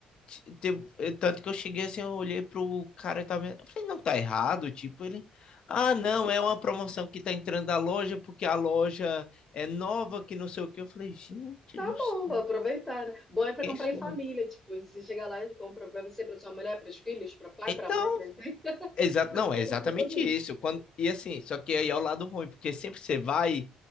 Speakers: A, on the left; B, in the centre.
A: t- ter- eh, Tanto que eu cheguei assim, eu olhei pro cara e tava. vendo, Eu falei, não tá errado, tipo, ele. Ah, não, é uma promoção que tá entrando da loja porque a loja é nova, que não sei o que Eu falei, gente
B: Tá
A: do
B: bom,
A: céu,
B: vou aproveitar, né? Bom é pra comprar
A: quem sou
B: em família,
A: eu?
B: tipo, se chegar lá e compra pra você, pra sua mulher, pros filhos, pra pai,
A: Então.
B: pra mãe, presente, <laughs>
A: Exato, não,
B: compra
A: é exatamente
B: pra todo mundo.
A: isso. Quando, e assim, só que aí é o lado ruim, porque sempre você vai,